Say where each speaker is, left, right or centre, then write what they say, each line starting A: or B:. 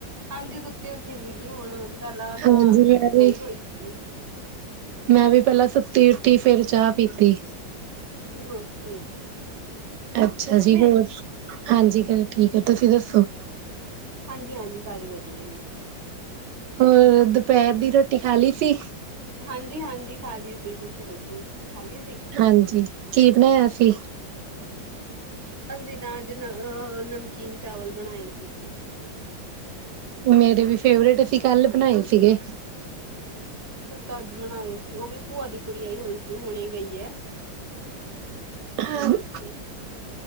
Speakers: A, on the right; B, on the right.
A: ਹਾਂਜੀ ਸੁੱਤੀ ਓ ਸੀਗੀ ਹੁਣ। ਪਹਿਲਾਂ ਤਾਂ
B: ਹਾਂਜੀ ਮੈਂ ਵੀ
A: ਗਈ ਹੋਈ ਸੀ।
B: ਮੈਂ ਵੀ ਪਹਿਲਾਂ ਸੁਤੀ- ਉੱਠੀ ਫੇਰ ਚਾਹ ਪੀਤੀ।
A: ਹਾਂ।
B: ਅੱਛਾ ਜੀ,
A: ਨੇ
B: ਹੋਰ। ਹਾਂਜੀ, ਘਰੇ ਠੀਕ ਹੈ, ਤੁਸੀਂ ਦੱਸੋ?
A: ਹਾਂਜੀ-ਹਾਂਜੀ ਸਾਰੇ ਵਧੀਆ ਨੇ।
B: ਹੋਰ ਦੁਪਹਿਰ ਦੀ ਰੋਟੀ ਖਾ ਲਈ ਸੀ?
A: ਹਾਂਜੀ-ਹਾਂਜੀ। ਖਾ ਲਈ ਸੀ, ਤੁਸੀਂ ਦੱਸੋ? ਖਾ ਲਈ ਸੀ।
B: ਹਾਂਜੀ। ਕੀ ਬਣਾਇਆ ਸੀ?
A: ਅਸੀਂ ਤਾਂ ਅੱਜ ਅਹ ਨਮਕੀਨ ਚਾਵਲ ਬਣਾਏ ਸੀਗੇ।
B: ਮੇਰੇ ਵੀ ਫੇਵਰੇਟ ਸੀ ਕੱਲ ਬਣਾਏ ਸੀਗੇ।
A: ਤਾ ਅੱਜ ਬਣਾਏ ਸੀ ਉਹ ਵੀ ਭੂਆ ਦੀ ਕੁੜੀ ਆਈ ਹੋਈ ਸੀ ਹੁਣੇ ਗਈ ਹੈ। ਤਾਂ
B: <unintelligible>
A: ਕਰਕੇ